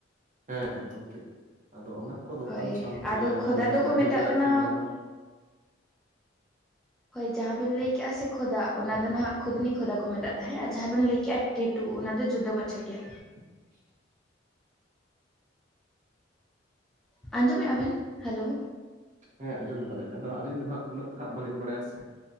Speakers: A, on the right; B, in the centre.
A: ᱦᱮᱸ ᱮᱠᱫᱚᱢ ᱴᱷᱤᱠ, ᱟᱫᱚ ᱚᱱᱟ ᱠᱚ ᱫᱚᱠᱟᱱ
B: ᱦᱳᱭ
A: ᱥᱟᱶᱛᱮ
B: ᱟᱫᱚ ᱠᱷᱚᱫᱟ
A: ᱟᱭᱢᱟ ᱞᱮᱠᱟᱱᱟᱜ
B: ᱫᱚᱠᱚ ᱢᱮᱛᱟᱜ
A: ᱜᱤᱫᱽᱨᱟᱹᱜ
B: ᱠᱟᱱᱟ
A: ᱠᱷᱮᱞᱱᱟ ᱠᱚ
B: ᱦᱳᱭ ᱡᱟᱦᱟᱸ ᱵᱮᱱ ᱞᱟᱹᱭ ᱠᱼᱟ ᱥᱮ ᱠᱷᱚᱫᱟ ᱚᱱᱟ ᱫᱚ ᱱᱟᱦᱟᱜ ᱠᱷᱩᱫᱱᱤ ᱠᱷᱚᱫᱟ ᱠᱚ ᱢᱮᱛᱟᱜ ᱫᱫᱟ ᱦᱮᱸ, ᱟᱡ ᱡᱟᱦᱟᱸ ᱵᱮᱱ ᱞᱟᱹᱭ ᱠᱮᱜᱼᱟ ᱴᱮ ᱴᱩ ᱚᱱᱟ ᱫᱚ ᱡᱩᱫᱟᱹ ᱢᱟᱪᱷᱟ ᱜᱮᱭᱟᱼᱼ
A: <inaudible>
B: ᱟᱸᱡᱚᱢᱮᱫᱼᱟ ᱵᱮᱱ ᱦᱮᱞᱳ?
A: ᱦᱮᱸ ᱟᱸᱡᱚᱢ ᱮᱫᱟᱞᱤᱧ ᱟᱫᱚ ᱟᱹᱞᱤᱧ ᱫᱚ ᱦᱟᱸᱜ ᱩᱱᱟᱹᱜ ᱫᱚ ᱦᱟᱸᱜ ᱵᱟᱹᱞᱤᱧ ᱵᱟᱲᱟᱭ ᱥᱮ